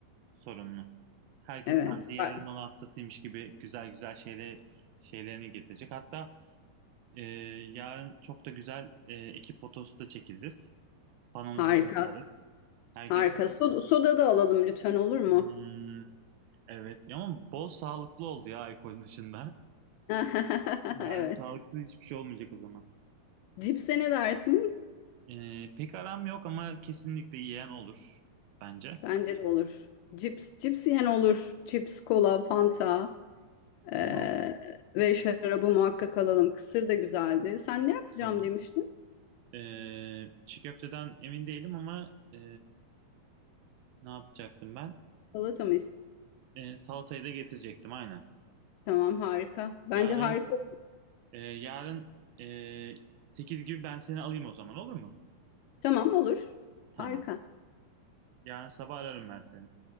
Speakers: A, on the right; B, on the left.
A: sorumlu. Herkes
B: Evet,
A: sanki yerli
B: ha-
A: malı haftasıymış gibi güzel güzel şeyle şeylerini getirecek. Hatta e, yarın çok da güzel e, ekip fotosu da çekiliriz. Panomuza
B: harika,
A: da asarız. Herkes
B: harika. Soda, soda da alalım lütfen olur mu?
A: "Hmm, evet ama bol sağlıklı oldu ya alkol dışında.
B: <laughs>
A: Yani
B: Evet.
A: sağlıksız hiçbir şey olmayacak o zaman.
B: Cipse ne dersin?
A: E, pek aram yok ama kesinlikle yiyen olur bence.
B: Bence de olur. Cips, cips yiyen olur. Cips, kola, fanta. Ee,
A: Tamam.
B: ve şarabı muhakkak alalım. Kısır da güzeldi. Sen ne yapacağım
A: Tamam.
B: demiştin?
A: E, çiğ köfteden emin değilim ama e, ne yapacaktım ben?
B: Salata mı? is-
A: E, salatayı da getirecektim aynen.
B: Tamam harika. Bence
A: Yarın
B: harika.
A: e, yarın e, 8 gibi ben seni alayım o zaman olur mu?
B: Tamam olur.
A: Tamam.
B: Harika.
A: Yarın sabah ararım ben seni.